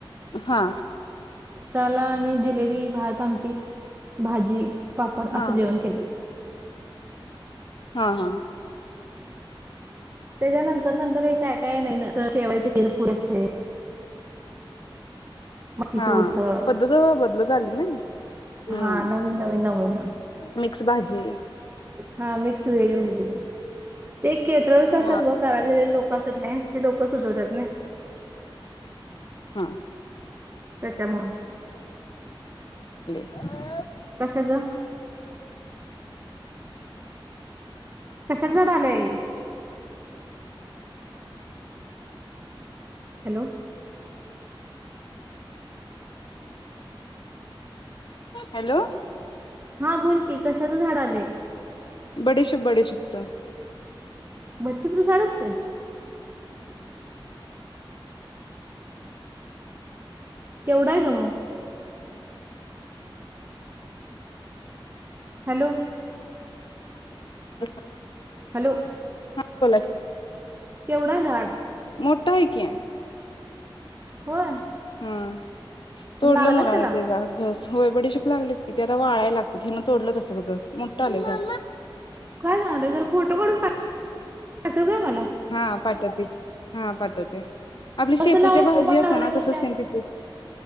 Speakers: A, on the left (about 60°); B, on the right (about 25°).
A: हा
B: त्याला आम्ही जिलेबी भात आमटी भाजी पापड
A: हा
B: असं जेवण केलेलं
A: हा हा
B: त्याच्या नंतर नंतर हे काय काय नाही शेवाळाचे खीर पुरी असते. मकीची
A: हा
B: उसळ
A: पद्धत बदल झाली ना हम्म
B: हा नवीन नवीन नवीन
A: मिक्स भाजी
B: हा मिक्स व्हेज म्हणजे म ते केटरर्स असतात
A: हा
B: व करायले लोक असत नाही ते लोक सुचवतात नाही
A: हा
B: त्याच्यामुळं
A: ह
B: कशाच कशात जड आलाय हॅलो
A: हॅलो
B: हा बोल की कशाचं झाड आलंय?
A: बडीशुप बडीशुप चं.
B: बडशुप चं झाड असते. केवढा आहे ग मग. हॅलो.
A: कसं
B: हॅलो.
A: हा बोला की
B: केवढं आहे झाड
A: मो -ठय की.
B: होय
A: हम्म <unintelligible> तोडलं
B: लागलं
A: मुलांन
B: त्याला
A: ते झाडं घस. होय बडीशिप लागलेत कि, ते आता वाळाय लागते हे ना तोडलं घस मोठं आलेतं.
B: काय झालं जरा फोटो काढून पाठव काय मला.
A: हा पाठवते की हा पाठवते. आपली शेपूच्या
B: कसं लावलाय
A: भाजी
B: रोप आणून
A: असते
B: लावलाय
A: ना तसच
B: कसं काय
A: सेम तेची.